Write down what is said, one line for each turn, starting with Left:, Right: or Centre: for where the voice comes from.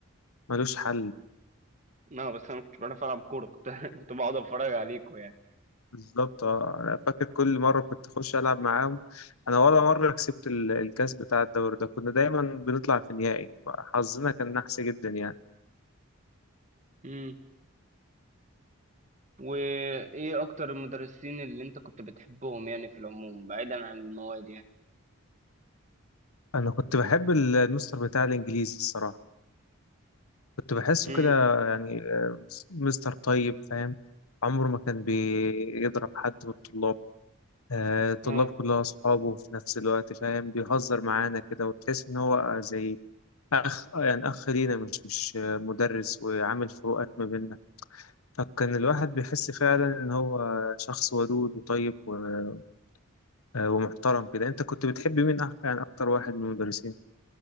Left: ملوش حل
Right: آه بس أنا كنت بعرف ألعب كورة كنت <laughs> كنت بقعد أتفرج عليكوا يعني
Left: بالظبط آه. أنا فاكر كل مرة كنت أخش ألعب معاهم أنا ولا مرة كسبت ال- الكاس بتاع الدوري ده كنا دايما بنطلع في النهائي حظنا كان نحس جدا يعني
Right: مم. وإيه أكتر المدرسين اللي أنت كنت بتحبهم يعني في العموم بعيدا عن المواد يعني؟
Left: أنا كنت بحب المستر بتاع الإنجليزي الصراحة كنت بحسه
Right: مم.
Left: كده يعني آه، مستر طيب فاهم عمره ما كان بيضرب حد من الطلاب آه، الطلاب
Right: آه
Left: كلها أصحابه في نفس الوقت فاهم بيهزر معانا كده وتحس إن هو زي أخ يعني أخ لينا مش مش آه، مدرس وعامل فروقات ما بيننا فكان الواحد بيحس فعلا إن هو شخص ودود وطيب و- آه، ومحترم كده أنت كنت بتحب مين أح- يعني أكتر واحد من المدرسين؟